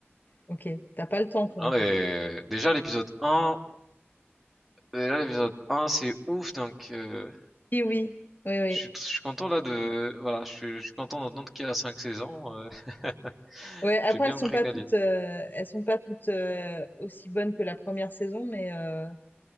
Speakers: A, on the left; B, in the centre.
A: Ok, t'as pas le temps toi
B: Non
A: en
B: mais...
A: fait.
B: Déjà, l'épisode un. Et là, l'épisode un c'est ouf, donc euh,
A: Oui, oui, oui, oui.
B: je suis, je suis content là de... Voilà, je suis, je suis content d'entendre qu'il y a 5 saisons. euh, <laughs>
A: Ouais, après,
B: je vais bien
A: elles
B: me
A: sont
B: régaler.
A: pas toutes, euh, elles sont pas toutes euh, aussi bonnes que la première saison, mais euh,